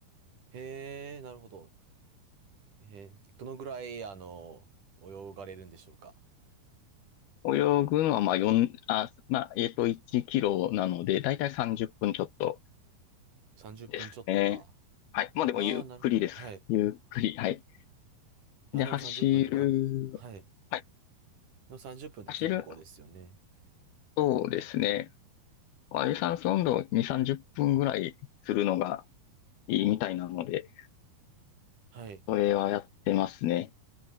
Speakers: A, on the right (about 55°); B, on the left (about 80°).
A: へえ、なるほど。えーどのぐらい、あの、泳がれるんでしょうか。
B: 泳ぐのは、まあ、4、あ、まあ、えっと、1キロなので、だいたい30分ちょっと
A: 30分ちょっとか。
B: ですね。はい。もうでも、
A: ああ、
B: ゆっくりです。
A: なるほど。はい。い
B: ゆっくり。はい。
A: や、
B: で、
A: でも30分っぷんってか、
B: 走る、
A: はい。で
B: はい。
A: も30分っぷんって結構ですよね。
B: 走る、そうですね。まあ有酸素運動2、30分ぐらいするのが、いいみたいなので、
A: はい。
B: それはやってますね。